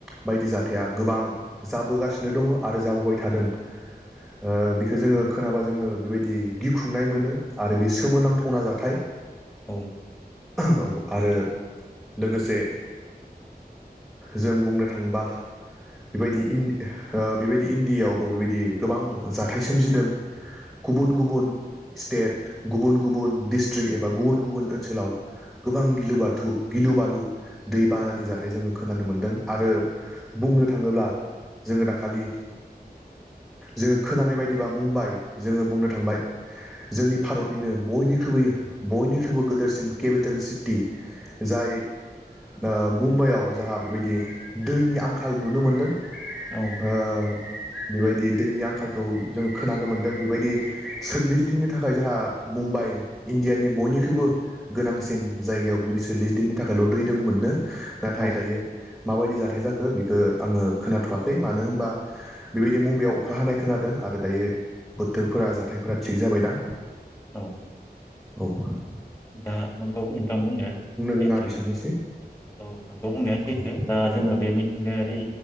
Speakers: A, in the centre; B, on the left.
A: बायदि जाथाया गोबां जाबोगासिनो दंङ आरो जाबोबाय थादों
B: औ
A: ओ बि खो जोंङो खोनाबा जोंङो बेबायदि गिखुंनाय मोनो आरो बे सोमोनांथावना जाथाय
B: औ
A: औ । आरो लोगोसे जों बुंनो थांबा बेबायदि इन ओ बेबायदि इण्डियावबो बेबायदि गोबां जाथाय सोमजिदों । गुबुन गुबुन स्टेट गुबुन गुबुन डिस्ट्रिक् एबा गुबुन गुबुन ओनसोलाव गोबां गिलु बाथु गिलु बालु दैबानानि जाथाय जोङो । खोनानो मोनदों आरो बुंनो थांङोब्ला जोंङो दाखालि जोंङो खोनानाय बायदिबा मुम्बाइ जोंङो बुंनो थांबाय जोंनि भारतनिनो बयनिख्रुइ बयनिख्रुइबो गोदोरसिन केपिटेल सि टि । जाय ओ मुम्बाइआव जोहा बेबायदि दैनि आंखाल नुनो मोनदों ।
B: औ
A: हो बेबायदि दैनि आंखालखौ जोंङो खोनानो मोनदों । बेबायदि सोल्लिस दिननि थाखाय जोहा मुम्बाइ इण्डियानि बयनिख्रुइबो गोनांसिन जायगायाव बेबायदि <unintelligible> दिननि थाखायल' दै जों मोननो नाथाय
B: औ
A: दायो । माबायदि जाथाय जाखो । बेख आंङो खोनाथ'वाखै मानो होनबा बेबायदि मुम्बाइायाव अखा हानाय खोनादों आरो दायो बोथोरफोरा जाथायफोरा थिग जाबाय दां
B: औ ।
A: औ ।
B: दा नोंगौ ओम । नोंथां बुंनाया सैथो
A: गोनाङा बेसेबांनोसै
B: औ नंगौ बुंनाया सैथो
A: औ
B: दा जोंङो । बे मिथिंगायारि